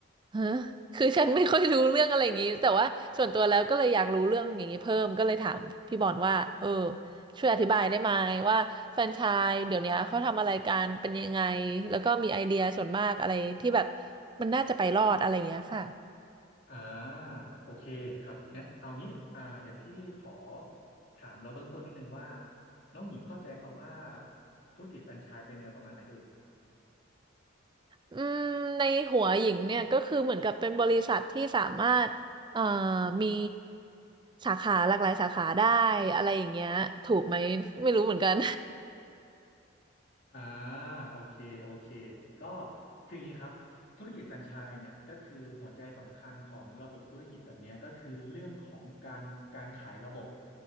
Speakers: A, on the right; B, on the left.
A: ฮะคือฉันไม่ค่อยรู้เรื่องอะไรอย่างนี้แต่ว่าส่วนตัวแล้วก็เลยอยากรู้เรื่องอย่างนี้เพิ่มก็เลยถามพี่บอลว่าเออช่วยอธิบายได้ไหมว่าแฟรนไชส์เดี๋ยวนี้เขาทำอะไรกันเป็นยังไงแล้วก็มีไอเดียส่วนมากอะไรที่แบบมันน่าจะไปรอดอะไรอย่างเงี้ยค่ะ
B: อ่าโอเคครับงั้นเอางี้อ่าเดี๋ยวพี่ขอถามเราเบื้องต้นนิดนึงว่าน้องหญิงเข้าใจคำว่าธุรกิจแฟรนไชส์เป็นแนวประมาณไหนเอ่ย
A: อืมในหัวหญิงเนี่ยก็คือเหมือนกับเป็นบริษัทที่สามารถเอ่อมีสาขาหลากหลายสาขาได้อะไรอย่างเงี้ยถูกไหมไม่รู้เหมือนกัน
B: อ่าโอเคโอเคก็คืออย่างนี้ครับธุรกิจแฟรนไชส์เนี่ยก็คือหัวใจสำคัญของระบบธุรกิจแบบเนี้ยก็คือเรื่องของการการขายระบบ